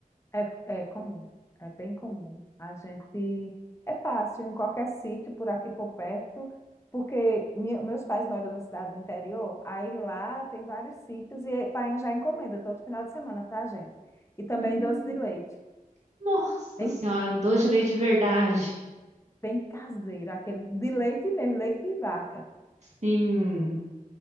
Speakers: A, on the left; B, on the right.
A: é, é comum, é bem comum. A gente é fácil em qualquer sítio por aqui por perto, porque minha- meus pais moram na cidade do interior, aí lá tem vários sítios e Paião já encomenda todo final de semana para a gente. E também
B: Hum,
A: doce de leite.
B: Nossa
A: Bem
B: senhora, doce de leite de verdade.
A: bem caseira aquele de leite mesmo, leite de vaca.
B: Sim.